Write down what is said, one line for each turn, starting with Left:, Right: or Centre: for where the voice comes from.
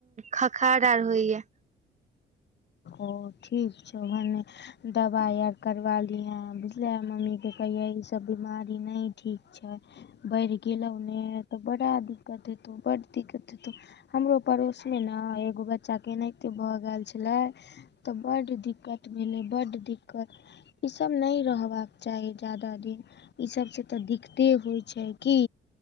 Right: खखार आर होय्या,
Left: ओ, ठीक छौ, भने दवाइ आर करवा लीहे, बुझले, मम्मी के कहिये, ई सब बीमारी नै ठीक छै, बढ़ि गेलहु ने, तऽ बड़ा दिक्कत हेतौ, बड दिक्कत हेतौ, हमरो पड़ोस मे न, एगो बच्चा के एनाहिते भ गेल छले, तऽ बड दिक्कत भेलै, बड दिक्कत ई सब नहि रहबाक चाही जादा दिन, ई सबसँ तऽ दिक्कते होइ छै, की,